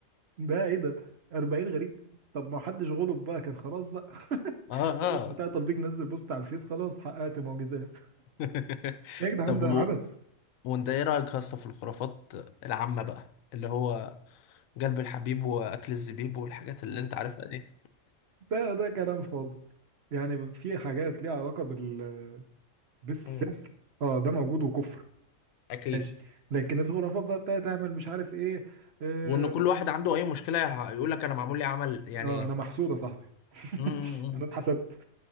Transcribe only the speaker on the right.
ده ايه ده 40 غريب طب ما حدش غلب بقى كان خلاص بقى <laughs>
كل
بتاع تطبيق نزل بوست على الفيس خلاص حققت معجزات
يا جدعان
ده
عبث
ده ده كلام فاضي يعني في حاجات ليها علاقة بال بالسحر
اه ده موجود وكفر
ماشي لكن الخرافات بقى بتاعت تعمل مش عارف ايه آه،
اه انا محسود يا صاحبي <laughs>
انا اتحسدت